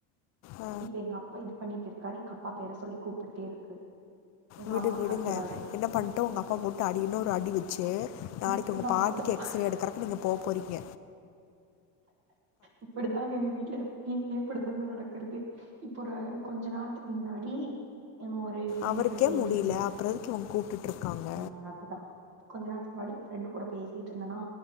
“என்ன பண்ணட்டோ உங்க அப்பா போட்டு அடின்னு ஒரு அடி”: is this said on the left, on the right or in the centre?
Left